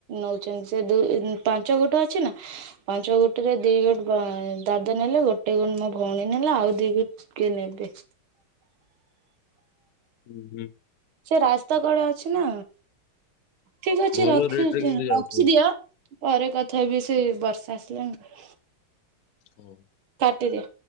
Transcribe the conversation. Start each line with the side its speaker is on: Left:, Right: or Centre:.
Right: ନଉଚନ୍ତି ସେ ଦୁଇ -ଇଁ-ପାଞ୍ଚ ଗୁଣ୍ଠ ଅଛି ନା। ପାଞ୍ଚ ଗୁଣ୍ଠୁ ରେ ଦି <unintelligible> ଦାଦା ନେଲେ ଗୋଟେ ଗୁଣ୍ଠୁ ମୋ ଭଉଣୀ ନେଲା ଆଉ ଦି <unintelligible>
Left: ହୁଁ -ହୁଁ।
Right: ସେ ରାସ୍ତା କଡେ ଅଛି ନା। ଠିକ୍ ଅଛି
Left: ଭଲ
Right: ରଖି
Left: ରେ
Right: -ରଖିଦିଅ।
Left: କିନ୍ତୁ ଯାଉଥିବ।
Right: ପରେ କଥା ହେବି ସେ ବର୍ଷା ଆସିଲାଣି।
Left: ହଉ।
Right: କାଟିଦିଅ।